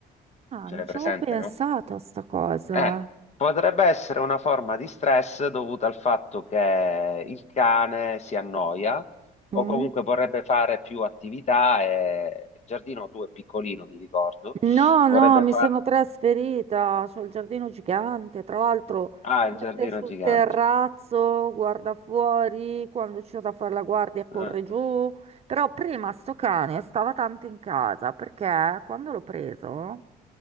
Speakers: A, on the right; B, on the left.
A: Ah,
B: Ce
A: non
B: l'hai
A: ci
B: presente,
A: avevo pensato
B: no?
A: a sta cosa.
B: Eh, potrebbe essere una forma di stress dovuta al fatto che il cane si annoia o
A: Mm?
B: comunque vorrebbe fare più attività e... Il giardino tu è piccolino, mi ricordo.
A: No,
B: Vorrebbe
A: no, mi
B: fare...
A: sono trasferita, c'ho il giardino gigante, tra l'altro
B: Ah,
A: si
B: il giardino
A: mette sul
B: è gigante.
A: terrazzo, guarda fuori, quando c'è da fare la guardia corre
B: Eh,
A: giù, però prima sto cane stava tanto in casa perché quando l'ho preso